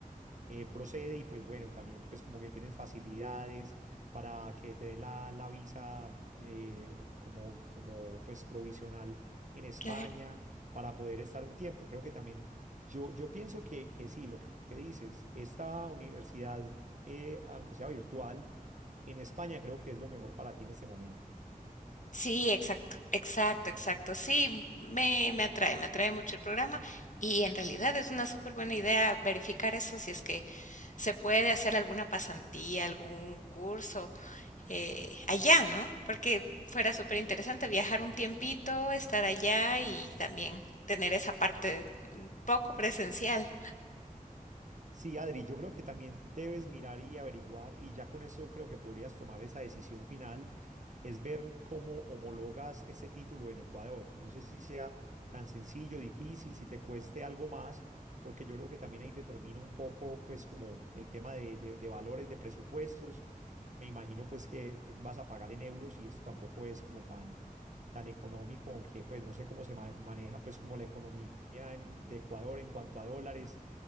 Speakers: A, on the right; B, on the left.
A: eh, procede y pues bueno, también pues como que tienes facilidades para que te den la, la visa eh, como, como pues provisional en España
B: <laughs>
A: para poder estar un tiempo. Creo que también yo, yo pienso que, que sí, lo ¿Qué dices? Esta universidad, eh, aunque sea virtual, en España creo que es lo mejor para ti en este momento.
B: Sí, exacto, exacto, exacto. Sí, me, me atrae, me atrae mucho el programa y en realidad es una súper buena idea verificar eso si es que se puede hacer alguna pasantía, algún curso eh, allá, ¿no? Porque fuera súper interesante viajar un tiempito, estar allá y también tener esa parte mm, poco presencial.
A: Sí, Adri, yo creo que también debes mirar y averiguar, y ya con eso creo que podrías tomar esa decisión final, es ver cómo homologas este título en Ecuador. No sé si sea tan sencillo, difícil, si te cueste algo más, porque yo creo que también ahí determina un poco, pues, como el tema de, de- de valores, de presupuestos. Me imagino, pues, que vas a pagar en euros y esto tampoco es como tan, tan económico, aunque, pues, no sé cómo se ma- maneja, pues, como la economía en- de Ecuador en cuanto a dólares